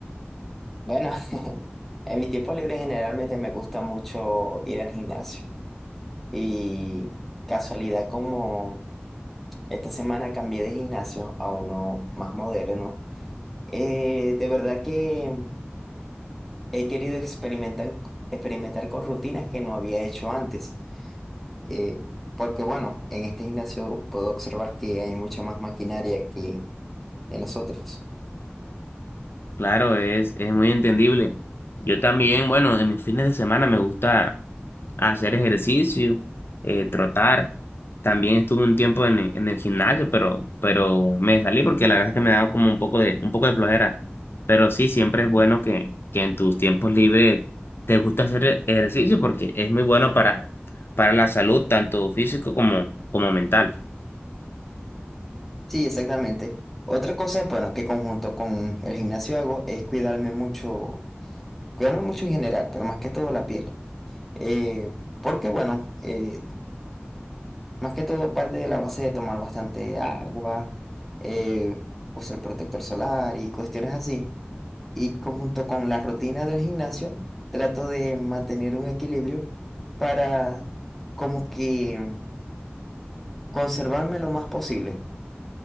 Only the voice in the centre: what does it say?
Bueno, <laughs> en mi tiempo libre generalmente me gusta mucho ir al gimnasio. Y casualidad como esta semana cambié de gimnasio a uno más moderno, eh, de verdad que he querido experimentar, experimentar con rutinas que no había hecho antes. Eh, porque bueno, en este gimnasio puedo observar que hay mucha más maquinaria que en los otros.
Sí, exactamente. Otra cosa, bueno, que conjunto con el gimnasio hago es cuidarme mucho, cuidarme mucho en general, pero más que todo la piel. Eh, porque, bueno, eh, más que todo parte de la base de tomar bastante agua, eh, usar protector solar y cuestiones así. Y conjunto con la rutina del gimnasio, trato de mantener un equilibrio para como que conservarme lo más posible.